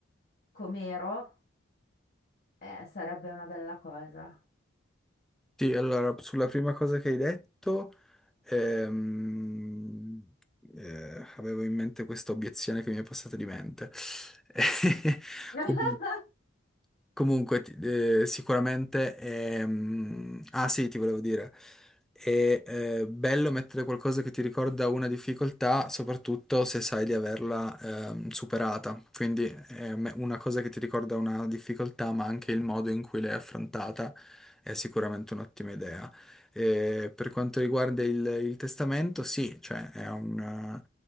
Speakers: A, on the left; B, in the centre.
A: com'ero? Eh, sarebbe una bella cosa.
B: Sì, allora, sulla prima cosa che hai detto, ehm, eh, avevo in mente questa obiezione che mi è passata di mente. <laughs>
A: <laughs>
B: Com- Comunque, ti- eh, sicuramente, ehm, ah sì, ti volevo dire, è eh, bello mettere qualcosa che ti ricorda una difficoltà, soprattutto se sai di averla ehm, superata. Quindi eh, me- una cosa che ti ricorda una difficoltà, ma anche il modo in cui l'hai affrontata è sicuramente un'ottima idea. E per quanto riguarda il, il testamento, sì, cioè è un,